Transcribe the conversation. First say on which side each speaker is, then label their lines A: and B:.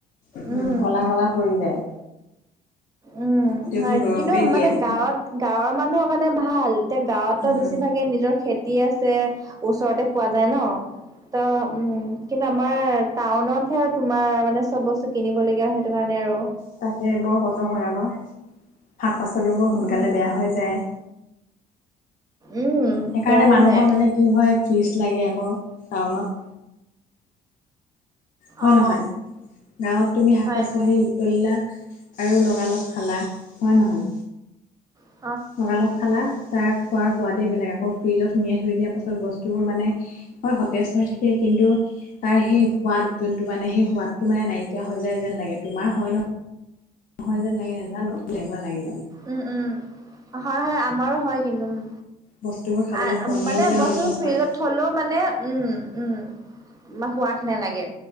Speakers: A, on the left (about 55°); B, on the right (about 20°).
A: উ
B: উম।
A: কলা কলা পৰি যায়
B: উম
A: গোটেইবোৰ
B: হয়
A: দৰৱে
B: কিন্তু
A: দিয়ে
B: মানে
A: উম
B: গাঁৱত গাঁৱৰ মানুহৰ কাৰণে ভাল এতিয়া গাঁৱতো
A: উম
B: বেছিভাগ
A: উম
B: নিজৰ খেতি আছে ওচৰতে পোৱা যায় ন ত উম কিন্তু আমাৰ টাউনতহে আৰু তোমাৰ মানে চব বস্তু কিনিব লগগীয়া সেইটো কাৰণে আৰু
A: তাকে বৰ কষ্ট হয় আকৌ শাক পাচলিও বৰ সোনকালে
B: উম
A: বেয়া হৈ যায়
B: উম
A: সেইকাৰণে
B: বেয়াহে
A: মানুহৰ
B: যায়
A: মানে কি হয় ফিজ লাগে আকৌ টাউনত হয়
B: অ
A: নহয় গাঁৱত তুমি শাক
B: হয়
A: পাচলি
B: হয়
A: তুলিলা আৰু লগালগ খালা হয় নহয়?
B: অ।
A: লগালগ খালা তাৰ খোৱাৰ সোৱাদেই বেলেগ আকৌ ফ্ৰিজত সুমাই থৈ দিয়া পাছত বস্তুবোৰ মানে - হয় সতেজ হৈ থাকে কিন্তু - তাৰ সেই সোৱাদ যোনটো মানে সেই সোৱাদতটো মানে নাইকিয়া হৈ যাই যেন লাগে তোমাৰ হয় ন - নহয় যেন লাগে নাজানো তেনেকুৱা লাগে মোৰ।
B: উম উম। হয় হয় আমাৰো হয় কিন্তু উম,
A: বস্তুবোৰ খাবলৈ
B: আ
A: পনীয়া
B: মানে
A: যেন
B: বস্তুটো
A: অনুভৱ
B: ফ্ৰিজত
A: হয়
B: - থলো মানে উম উম সোৱাদ নালাগে।